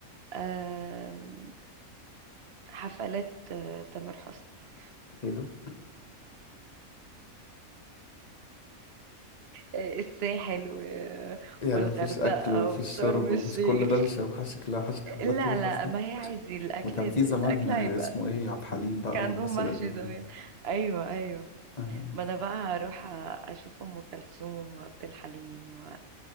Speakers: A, on the right (about 55°); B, on the left (about 30°).
A: آم، حفلات آه، تامر حسني
B: ايه ده؟
A: آه، الساحل و-
B: يعني
A: والغردقة
B: مفيش أكل مفيش
A: وشرم
B: شرب مفيش
A: الشيخ
B: كل ده مش هيوحشك لا وحشك حفلات
A: لا
B: تامر حسني
A: لا ما هي عادي الأكل
B: ده كان
A: الأكل
B: في زمان آه،
A: هيبقى
B: اسمه إيه عبد الحليم بقى
A: كان عندهم
B: والناس
A: محشي
B: القديمة
A: زمان
B: دي
A: أيوة أيوة
B: آه،
A: ما انا بقى هروح اشوف ام كلثوم وعبد الحليم و